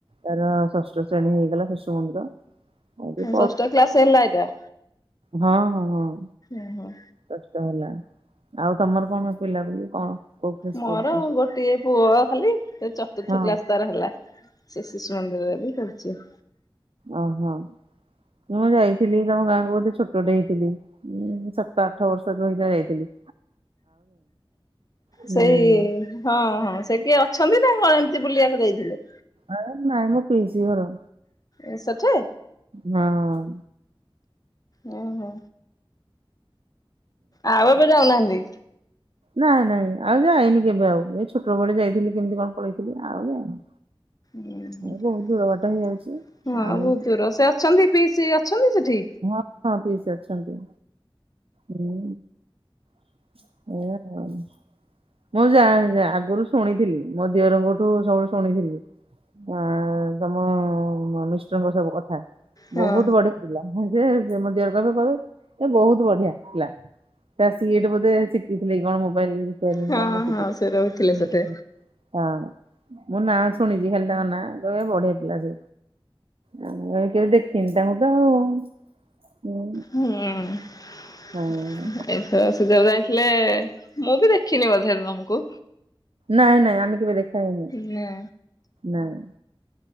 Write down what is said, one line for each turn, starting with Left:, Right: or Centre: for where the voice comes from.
Right: ତାର ଷଷ୍ ଷଷ୍ଠ ଶ୍ରେଣୀ ହେଇଗଲା ଶିଶୁ ମନ୍ଦିର। ଆଉ ଟିକେ
Left: ଷଷ୍ଠ କ୍ଲାସ୍ ହେଲା ଏଇଟା?
Right: ହଁ-ହଁ-ହଁ।
Left: ଓହୋଃ।
Right: ଷଷ୍ଠ ହେଲା, ଆଉ ତମର କଣ ପିଲାପିଲି କଣ? କୋଉ କ୍ଲାସ୍
Left: ମୋର
Right: ପଢୁଛନ୍ତି?
Left: ଗୋଟିଏ ପୁଅ ଖାଲି ସେ ଚତୁର୍ଥ
Right: ହଁ
Left: କ୍ଲାସ ତାର ହେଲା। ସେ ଶିଶୁ ମନ୍ଦିରରେ ବି ପଢ଼ୁଛି।
Right: ଓହୋଃ। ମୁଁ ଯାଇଥିଲି ତମ ଗାଁକୁ ବୋଧେ ଛୋଟଟେ ହେଇଥିଲି ଉଁ-ଉଁ ସାତ ଆଠ ବର୍ଷର <inaudible> ସେତେବେଳେ ହେଇଥିଲି। ହୁଁ
Left: ସେଇ ହଁ-ହଁ ସେ କିଏ ଅଛନ୍ତି ନା କଣ ଏମିତି ବୁଲିବାକୁ ଯାଇଥିଲେ?
Right: ଆ ନାଇଁ ମୋ ପିଇସୀ ଘର।
Left: ଏ ସେଠି?
Right: ହଁ-ହଁ।
Left: ଓହୋଃ। ଆଉ ଏବେ ଯାଉନାହାନ୍ତି?
Right: ନାଇଁ-ନାଇଁ ଆଉ ଯାଇନି କେବେ ଆଉ ଏଇ ଛୋଟବେଳେ ଯାଇଥିଲି କେମିତି କଣ ପଳେଇଥିଲି ଆଉ ଯାଇନି।
Left: ହୁଁ -ହୁଁ
Right: ଏ ବହୁତ ଦୂର ବାଟ ହେଇଯାଉଛି
Left: ହଁ
Right: ଆଉ
Left: ବହୁତ୍ ଦୂର ସେ ଅଛନ୍ତି ପିଇସୀ ଅଛନ୍ତିି ସେଠି?
Right: ହଁ ହଁ ପିଇସୀ ଅଛନ୍ତି ହୁଁ। <inaudible> ମୁଁ ଜା ଆଗରୁ ଶୁଣିଥିଲି ମୋ ଦିଅରଙ୍କଠୁ ସବୁ ଶୁଣିଥିଲି। ଆଁ-ଆଁ-ଆଁ ତମ ମିଷ୍ଟରଙ୍କ ସବୁ କଥା
Left: ହଁ
Right: ବହୁତ ବଢିଆ ପିଲା ହୁଁ। ସେ <inaudible> ମୋ ଦିଅର କହିବେ କହିବେ ଏ ବହୁତ ବଢିଆ ଥିଲା। ସେ ଆସିକି ଏଇଠି ବୋଧେ ଶିଖିଥିଲେ କି କଣ ମୁଁ <unintelligible> କାମ
Left: ହଁ
Right: ଶିଖୁଛି
Left: ହଁ ସେ ରହିଥିଲେ ସେଠେ।
Right: ହଁ। ମୁଁ ନାଁଆ ଶୁଣିଛି ଖାଲି ତାଙ୍କ ନାଁଆ, କହିବେ ବଢିଆ ପିଲା ସେ। ଆଉ ମୁଁ କେବେ ଦେଖିନି ତାଙ୍କୁ ତ ଆଉ।
Left: ହୁଁ-ଉଁ-ଉଁ
Right: ହଁ
Left: ଏଥର <inaudible> <inaudible> ମୁଁ ବି ଦେଖିନି ବଧେ ତମକୁ।
Right: ନାଇଁ-ନାଇଁ ଆମେ କେବେ ଦେଖା ହେଇନି।
Left: ନା
Right: ନାଇଁ।